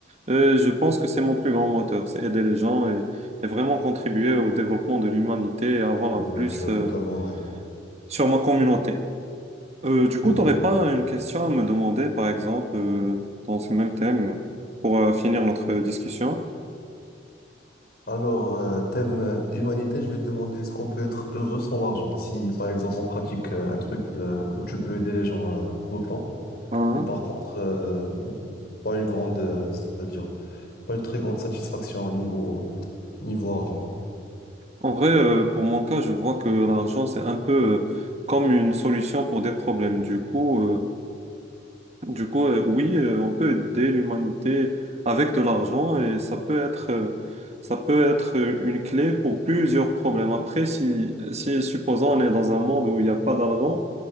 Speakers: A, on the right (about 35°); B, on the left (about 55°).
A: Euh, je pense que c'est mon plus grand moteur, c'est aider les gens et, et vraiment contribuer au développement de l'humanité et avoir
B: ouais,
A: un plus
B: tu as
A: euh,
B: totalement raison.
A: sur ma communauté. Euh, du
B: C'est
A: coup,
B: vrai.
A: t'aurais pas une question à me demander, par exemple, euh, dans ce même thème, pour euh, finir notre discussion?
B: Alors, euh, thème euh, humanité, je vais te demander est-ce qu'on peut être heureux sans l'argent? Si par exemple on pratique euh, un truc euh, où tu peux aider les gens euh, tout le temps,
A: Hein
B: mais par contre euh, pas une grande, euh, c'est-à-dire pas une très grande satisfaction au niveau euh, niveau argent.
A: En vrai, euh, pour mon cas, je vois que l'argent, c'est un peu euh, comme une solution pour des problèmes. Du coup, euh, Du coup, euh, oui, euh, on peut aider l'humanité avec de l'argent et ça peut être, euh, ça peut être euh, une clé pour plusieurs problèmes. Après, si, si supposons on est dans un monde où il n'y a pas d'argent,